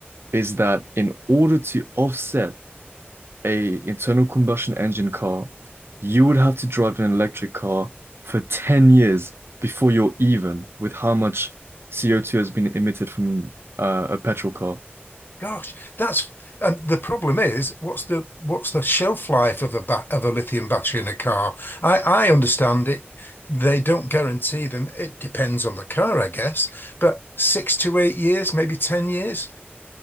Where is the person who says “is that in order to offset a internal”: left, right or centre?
Right